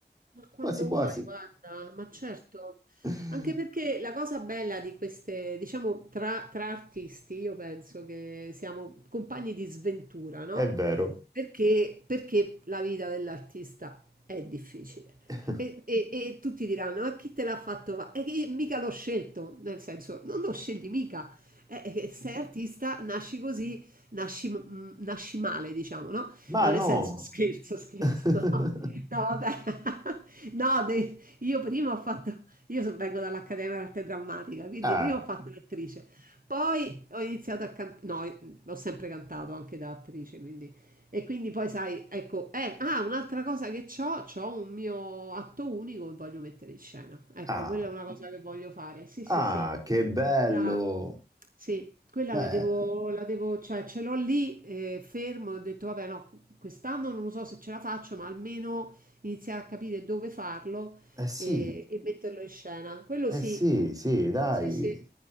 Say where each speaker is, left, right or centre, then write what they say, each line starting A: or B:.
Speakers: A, on the right; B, on the right.
A: Ma quando
B: Quasi quasi.
A: vuoi, guarda, ma certo,
B: <laughs>
A: anche perché la cosa bella di queste, diciamo, tra, tra artisti, io penso che siamo compagni di sventura, no?
B: È vero.
A: Perché, perché la vita dell'artista è difficile.
B: <laughs>
A: E, e- e tutti diranno, ma chi te l'ha fatto? fa-?" E che mica l'ho scelto, nel senso, non lo scegli mica. Eh, eh, eh, sei artista, nasci così, nasci, mm, nasci male, diciamo, no?
B: Ma
A: No,
B: no!
A: nel senso, scherzo, scherzo.
B: <laughs>
A: <laughs> No, vabbè. <laughs> No, de- io prima ho fatto, io so- vengo dall'Accademia d'Arte Drammatica, quindi
B: Ah,
A: prima ho fatto l'attrice, poi ho iniziato a cantare, no, io- ho sempre cantato anche da attrice, quindi, e quindi poi sai, ecco, eh, ah, un'altra cosa che ho, ho un mio atto unico che voglio mettere in scena, ecco,
B: ah,
A: quella è una cosa che voglio fare, sì,
B: ah,
A: sì, sì,
B: che bello!
A: la sì, quella
B: Beh,
A: la devo la devo cioè ce l'ho lì, ehm, fermo, ho detto: "Vabbè no, quest'anno non lo so se ce la faccio, ma almeno iniziare a capire dove farlo
B: eh sì,
A: e e metterlo in scena." Quello
B: eh
A: sì,
B: sì, sì, dai,
A: sì, sì.